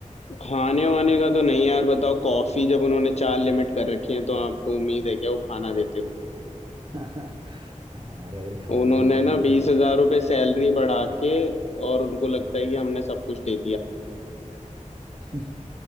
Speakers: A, on the left (about 55°); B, on the right (about 35°).
A: खाने वाने का तो नहीं यार बताओ कॉफी जब उन्होंने चार लिमिट कर रखी है तो आपको उम्मीद है क्या वो खाना देते होंगे
B: हाँ यार अगर खाना
A: उन्होंने
B: ही तुम
A: ना
B: वो
A: बीस हजार रुपये सैलरी
B: वो-
A: बढ़ा के और उनको लगता है कि हमने सब कुछ दे
B: <laughs>